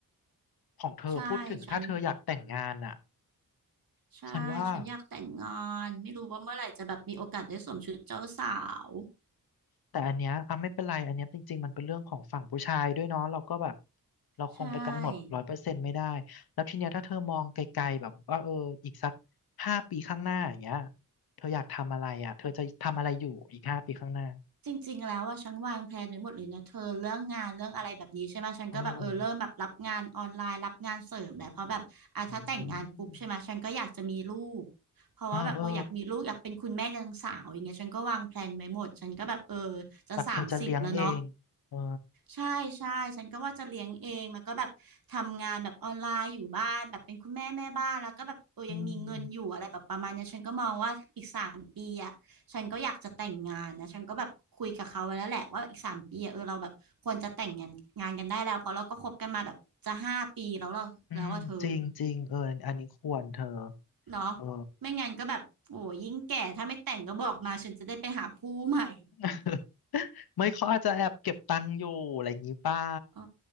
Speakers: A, on the left (about 85°); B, on the right (about 70°).
A: ของเธอพูดถึงถ้าเธออยากแต่งงานอ่ะ
B: ใช่ฉัน ใช่ฉันอยากแต่งงานไม่รู้ว่าเมื่อไหร่จะแบบมีโอกาสได้สวมชุดเจ้าสาว
A: ฉันว่า แต่อันเนี้ยอ่ะไม่เป็นไรอันเนี้ยจริงๆมันเป็นเรื่องของฝั่งผู้ชายด้วยเนาะเราก็แบบเราคงไปกำหนดร้อยเปอร์เซ็นต์ไม่ได้
B: ใช่
A: แล้วทีเนี้ยถ้าเธอมองไกลๆแบบว่าเอออีกสักห้าปีข้างหน้าอย่างเงี้ยเธออยากทำอะไรอ่ะเธอจะทำอะไรอยู่อีกห้าปีข้างหน้า
B: จริงๆแล้วว่าฉันวางแผนไว้หมดเลยนะเธอเรื่องงานเรื่องอะไรแบบนี้ใช่ไหมฉันก็แบบเออเริ่มแบบรับงานออนไลน์รับงานเสริมแหละเพราะแบบอ่ะถ้าแต่งงานปุ๊บใช่ไหมฉันก็อยากจะมีลูก
A: เอออืม
B: เพราะว่าแบบเอออยากมีลูกอยากเป็นคุณแม่ยังสาวอย่างเงี้ยฉันก็วางแผนไว้หมดฉันก็แบบเออ
A: เออเออ
B: จะสามสิบแล้วเนาะ
A: แบบเธอจะเลี้ยงเองเออ
B: ใช่ใช่ฉันก็ว่าจะเลี้ยงเองแล้วก็แบบทำงานแบบออนไลน์อยู่บ้านแบบเป็นคุณแม่แม่บ้านแล้วก็แบบเออยังมีเงินอยู่อะไรแบบประมาณเนี้ยฉันก็มองว่าอีกสามปีอ่ะฉันก็อยากจะแต่งงานนะฉันก็แบบคุยกับเขาไว้แล้วแหละว่าอีกสามปีอะเออเราแบบควรจะแต่งงานงานกันได้แล้วเพราะเราก็คบกันมาแบบจะห้าปีแล้วเราแล้วว่าเธอ
A: อืมอืมจริงจริงเอออันนี้ควรเธอ
B: เนาะ
A: เออ
B: ไม่งั้นก็แบบโอ้ยิ่งแก่ถ้าไม่แต่งก็บอกมาฉันจะได้ไปหาผู้ใหม่
A: <laughs> ไม่เขาอาจจะแอบเก็บตังค์อยู่อะไรอย่างนี้เปล่า
B: เอ